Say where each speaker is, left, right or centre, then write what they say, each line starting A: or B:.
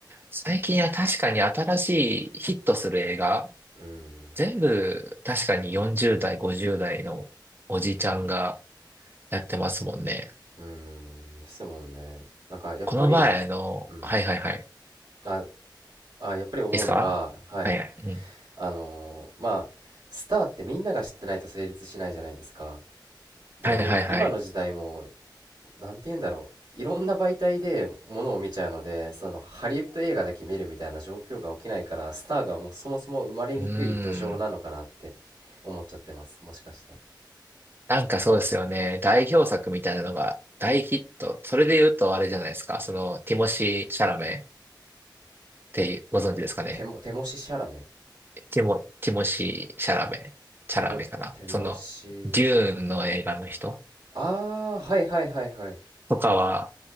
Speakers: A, on the right; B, on the right.
A: 最近は確かに新しいヒットする映画、
B: うん、
A: 全部確かに40代、50代のおじちゃんがやってますもんね。
B: うん、ですもんね。なんかやっぱり、
A: この前の、
B: うん。
A: はいはいはい。いい
B: あ、あ、やっぱり思うのが、
A: ですかはいはい。
B: はい。
A: うん。
B: あのーまあ、スターってみんなが知ってないと成立しないじゃないですか。で、
A: はいはいはい。
B: 今の時代も、なんて言うんだろう。いろんな媒体でものを見ちゃうので、そのハリウッド映画だけ見るみたいな状況が起きないから、スターがもうそもそも生まれにくい土壌なのかなって
A: うーん。
B: 思っちゃってます。もしかしたら。
A: なんかそうですよね。代表作みたいなのが大ヒット。それで言うとあれじゃないですか。その、ティモシー・シャラメっていうご存知ですかね。
B: テモ、テモシシャラメ
A: ティモ、ティモシー・シャラメ。シャラメかな。
B: テモ、テモシ、
A: その、デューンの映画の人
B: あー、はいはいはいはい。
A: とかは、